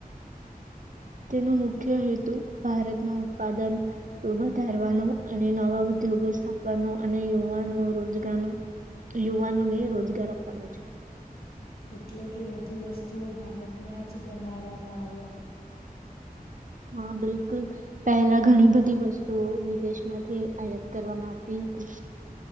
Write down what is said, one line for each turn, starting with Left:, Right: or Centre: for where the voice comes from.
Right: <unintelligible>
Left: એટલે કે વધુ વસ્તુઓ ભારતમાં.
Right: હા, બિલકુલ પહેલા ઘણી બધી વસ્તુઓ વિદેશમાંથી આયાત કરવામાં આવતી હતી.